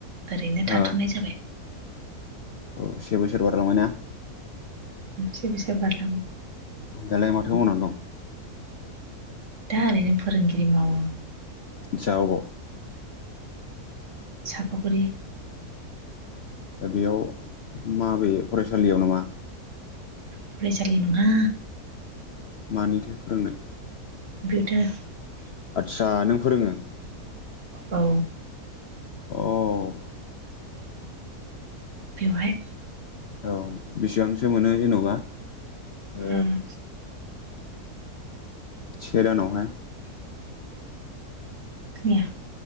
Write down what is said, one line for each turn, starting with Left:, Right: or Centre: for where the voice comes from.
Right: ओरैनो थाथ'नाय
Left: औ
Right: जाबाय
Left: औ से बोसोर बारलांबाय ना
Right: से बोसोर बारलांबा
Left: दालाय माथो मावनानै दं
Right: दा ओरैनो फोरोंगिरि मावो
Left: आतसा अबाव
Right: साफागुरि
Left: बेयाव माबे फरायसालियाव नामा
Right: फरायसालि नङा
Left: मानिथो फोरोंनो
Right: ओ
Left: आदसा नों फोरोङो
Right: औ
Left: औ
Right: बेवहाय
Left: औ बेसेबांसो मोनो जेन'बा ओ
Right: उम
Left: सेे दानावहाय
Right: खोनाया